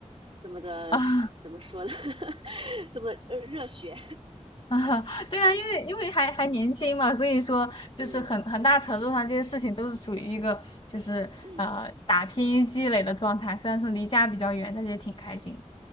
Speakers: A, on the right; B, on the left.
A: 这么的，
B: <laughs> 啊
A: 怎么说呢？<laughs> 这么呃热血。
B: 啊。<laughs> 对啊，因为因为还还年轻嘛，所以说就是很很大程度上这些事情都是属于一个就是呃打拼积累的状态。
A: 嗯嗯
B: 虽然说离家比较远，但是也挺开心